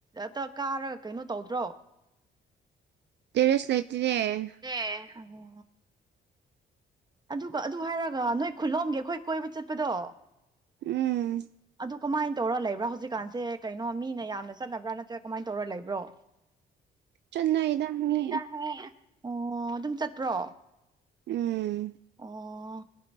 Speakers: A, on the right (about 20°); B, on the right (about 60°).
A: ꯑꯇ ꯀꯥꯔꯒ ꯀꯩꯅꯣ ꯇꯧꯗ꯭ꯔꯣ
B: ꯇꯦꯔꯦꯁ ꯂꯩꯇꯤꯅꯦ
A: ꯑꯦ ꯑꯗꯨꯒ ꯑꯗꯨ ꯍꯥꯏꯔꯒ ꯅꯣꯏ ꯈꯨꯜꯂꯣꯝꯒꯤ ꯑꯩꯈꯣꯏ ꯀꯣꯏꯕ ꯆꯠꯄꯗꯣ
B: ꯎꯝ
A: ꯑꯗꯨ ꯀꯃꯥꯏꯅ ꯇꯧꯔ ꯂꯩꯕ꯭ꯔꯥ ꯍꯧꯖꯤꯛꯀꯥꯟꯁꯦ ꯀꯩꯅꯣ ꯃꯤꯅ ꯌꯥꯝꯅ ꯆꯠꯅꯕ꯭ꯔꯥ ꯅꯠꯇ꯭ꯔꯒ ꯀꯃꯥꯏ ꯇꯧꯔ ꯂꯩꯕ꯭ꯔꯣ?
B: ꯆꯠꯅꯩꯗ ꯃꯤ
A: <unintelligible> ꯑꯣ ꯑꯗꯨꯝ ꯆꯠꯄ꯭ꯔꯣ?
B: ꯎꯝ
A: ꯑꯣ